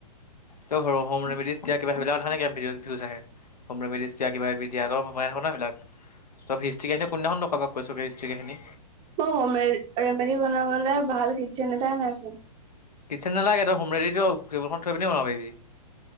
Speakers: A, on the left (about 85°); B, on the right (about 25°).
A: ত' হোম ৰেমেডিজ দিয়াি কিবা সেইবিলাকক দেখা নাই কিমান ভউজ আহে হোম ৰেমেডিজ দিয়া কিবা-কিবি। দিয়া তই বনাই থাক ন' সেইবিলাক তই হিষ্ট্ৰি কাহিনি কোনদিনাখন কবাক কৈছ হিষ্ট্ৰি কাহিনি।
B: মোৰ হোম ৰে-ৰেমেডী বনাবলে ভাল কিটচন এটাই নাইচোন।
A: কিটচেন নালাগে তই হোমৰেডিটো টেবুলখন থৈ পিনি বন পাৰিবি,